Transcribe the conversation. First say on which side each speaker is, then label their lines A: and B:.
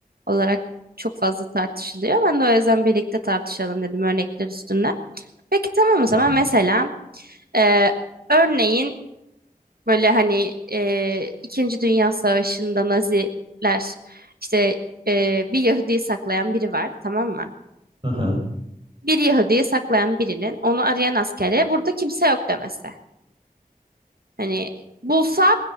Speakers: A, on the right; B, on the right.
A: olarak çok fazla tartışılıyor. Ben de o yüzden birlikte tartışalım dedim örnekler üstünden. Peki tamam o zaman
B: Hı hı.
A: mesela e, örneğin böyle hani e, İkinci Dünya Savaşı'nda Naziler işte e, bir Yahudi'yi saklayan biri var tamam mı?
B: Aha.
A: Bir Yahudi'yi saklayan birinin onu arayan askere burada kimse yok demesi. Hani bulsa